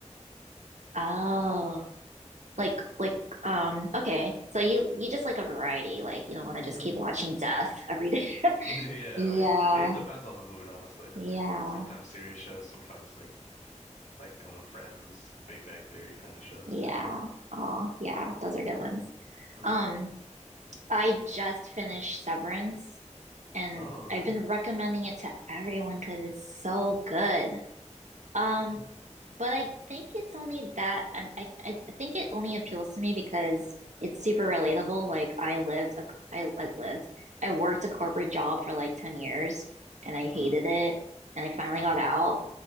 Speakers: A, on the right; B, on the left.
A: Oh, like
B: hmm
A: like um okay. So you you just like a variety. Like you don't want to
B: hmm
A: just keep watching death every
B: <laughs> Yeah, yeah,
A: Yeah,
B: like it depends on the mood, honestly.
A: yeah,
B: Like sometimes serious shows, sometimes like like I don't know, Friends, Big Bang Theory kind of shows.
A: yeah.
B: Yeah.
A: Oh, yeah, those are good ones.
B: hmm
A: Um, I just finished Severance and
B: Oh, okay.
A: I've been recommending it to everyone because it's so good. Um,
B: Mm-hmm.
A: but I think it's only that um, I, I I think it only appeals to me because it's super relatable. Like I lived a, I, I lived I worked a corporate job for like 10 years and I
B: Mm.
A: hated it and I finally
B: Uh,
A: got out.